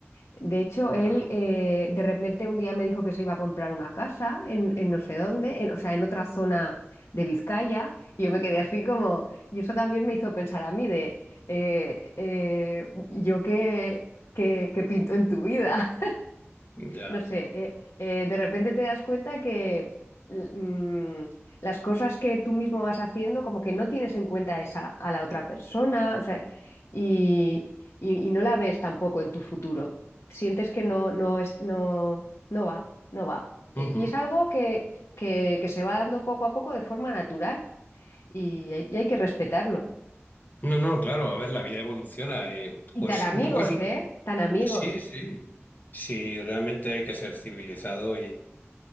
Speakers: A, on the left (about 80°); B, on the left (about 35°).
A: De hecho,
B: Claro.
A: él eh, de repente un día me dijo que se iba a comprar una casa en, en no sé dónde, en- o sea, en otra zona de Vizcaya, y yo me quedé así como, y eso también me hizo pensar a mí de, eh, eh, yo qué, qué, qué pinto en tu vida,
B: Ya.
A: no sé, eh, eh, de repente te das cuenta que l- mm, las cosas que tú mismo vas haciendo, como que no tienes en cuenta esa, a la otra persona, o sea, y, y- y no la ves tampoco en tu futuro. Sientes que no, no es, no, no va, no va. E-
B: Ujú.
A: Y es algo que, que, que se va dando poco a poco de forma natural y, hay- y hay que respetarlo.
B: No, no, claro, a ver, la vida evoluciona y
A: Y
B: pues
A: tan amigos,
B: un poco es...
A: ¿eh? Tan amigos.
B: Sí, sí. Sí, realmente hay que ser civilizado